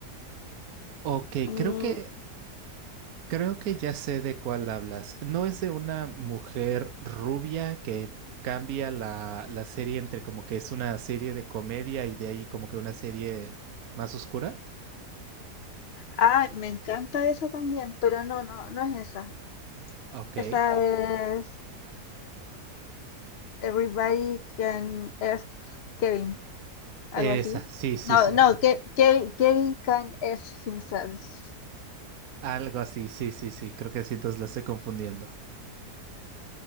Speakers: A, on the right; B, on the left.
A: Ok,
B: Y,
A: creo que, creo que ya sé de cuál hablas. ¿No es de una mujer rubia que cambia la, la serie entre como que es una serie de comedia y de ahí como que una serie más oscura?
B: ah, me encanta esa también, pero no, no, no es esa.
A: Ok.
B: Esa es Everybody Can F Kevin, algo
A: Esa,
B: así.
A: sí, sí,
B: No,
A: cierto.
B: no, Ke- Ke- Kevin Can F Himself.
A: Algo así, sí, sí, sí. Creo que sí, entonces la estoy confundiendo.